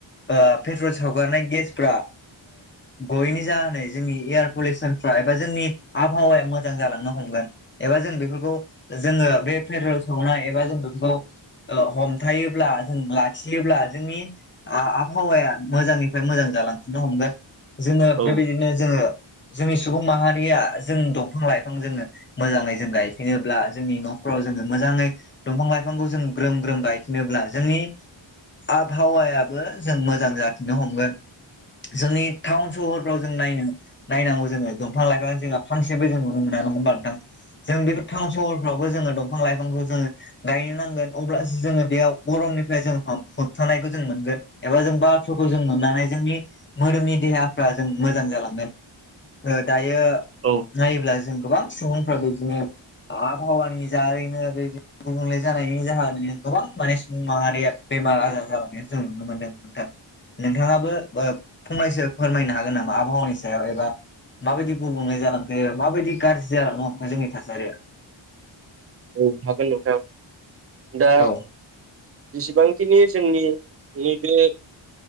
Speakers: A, on the left; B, on the right.
A: ओ पेट्रल सावगारनाय गेसफ्रा गयनि जाहोनै जोंनि एयार पलिउसनफ्रा एबा जोंनि आबहावाया मोजां जालांनो हमगोन। एबा जों बेफोरखौ जोङो बे पेट्रल सावनाय एबा जों बेफोरखौ हमथायोबब्ला जों लाखियोब्ला जोंनि आबहावाया मोजांनिफ्राय मोजां जालांफिननो हमगोन जोङो
B: औ
A: बेबायदिनो जोङो जोंनि सुबुं माहारिया जों दंफां लाइफां जोङो मोजाङै जों गायफिङोब्ला जोंनि न'खराव जोङो मोजाङै दंफां लाइफांखौ जों ग्रोम ग्रोम गायफिनोब्ला जोंनि आबहावायाबो जों मोजां जाफिननो हमगोन जोंनि टाउन सहरफ्राव जों नायनो नायनांगौ जोङो दफां लाइफां जोंहा फांसेबो जों नुनो मोना नङा होमबा नोंथां जों बेफोर टाउन सहरफ्रावबो जोङो दंफां लाइफांखौ जोङो गायनो नांगोन अब्लासो जोङो बेयाव गरमनिफ्राय जों होबथानायखौ जों मोनगोन। एबा जों बारफोरखौ जों मोननानै जोंनि मोदोमनि देहाफ्रा जों मोजां जालांगोन। दायो
B: औ।
A: नायोब्ला जों गोबां सुबुंफ्रा बिदिनो आबहावानि जारैनो बे गुबुंले जानायनि जाहोनावनो गोबां माने सुबुं माहारिया बेमार आजार जालांनाय जों नुनो मोनदों
B: <inaudible>
A: नोंथां। नोंथाङाबो फंनैसो फोरमायनो हागोन नामा आबहावानि सायाव एबा माबायदि गुबुंले जालांखो माबायदि गाज्रि जालांनो हमखो जोंनि थासारिया
B: औ हागोन नोंथां दा
A: औ
B: जेसेबांखिनि जोंनि नैबे